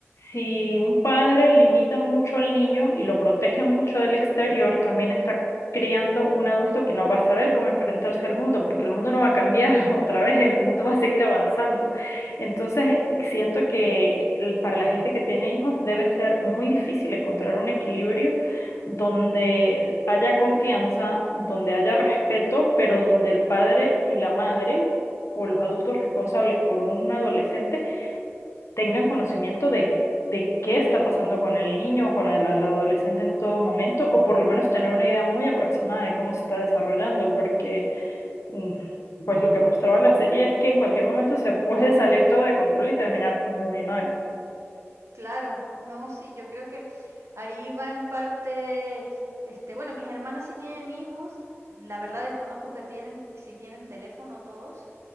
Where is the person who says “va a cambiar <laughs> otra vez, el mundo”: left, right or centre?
Left